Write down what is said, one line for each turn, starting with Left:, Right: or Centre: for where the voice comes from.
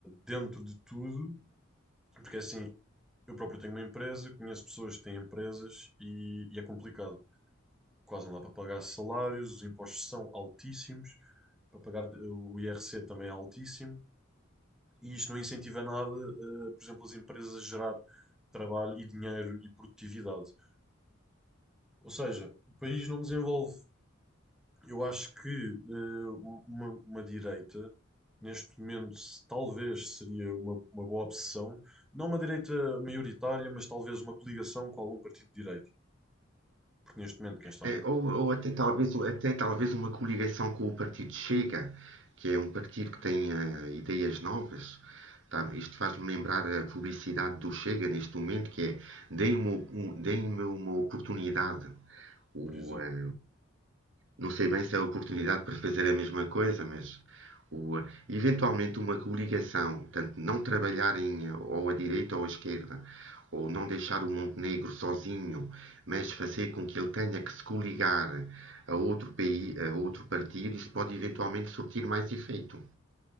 Centre: dentro de tudo porque assim, eu próprio tenho uma empresa, conheço pessoas que têm empresas e, e é complicado. Quase não dá para pagar salários, os impostos são altíssimos, para pagar eh, o IRC também é altíssimo, e isto não incentiva nada, eh, por exemplo, as empresas a gerar trabalho e dinheiro e produtividade. Ou seja, o país não desenvolve Eu acho que eh, uma, uma direita, neste momento, se- talvez seria uma, uma boa opção, não uma direita maioritária, mas talvez uma coligação com algum partido de direita. Porque neste momento, quem está
Right: Eh,
Centre: no governo,
Right: ou, ou até talvez, até talvez uma coligação com o partido Chega, que é um partido que tem eh, ideias novas. Tá? Isto faz-me lembrar a publicidade do Chega neste momento, que é deem-me um- deem-me uma oportunidade. O,
Centre: por exemplo.
Right: eh, Não sei bem se é a oportunidade para fazer a mesma coisa, mas o, eventualmente uma coligação, tanto não trabalharem ou à direita ou à esquerda, ou não deixar o Montenegro sozinho, mas fazer com que ele tenha que se coligar a outro, país, a outro partido, isso pode eventualmente surtir mais efeito.